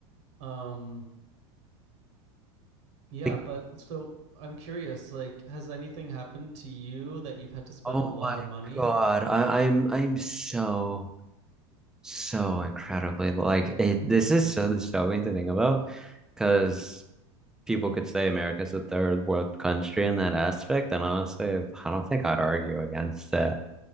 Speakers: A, on the right (about 70°); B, in the centre.
A: um, yeah,
B: Like,
A: but so I'm curious, like, has anything happened to you that you've had to spend
B: oh
A: a lot
B: my
A: of money?
B: God, I, I'm I'm so so incredibly like it. This is so disturbing to think about because people could say America's a third world country in that aspect, and honestly, I don't think I'd argue against that.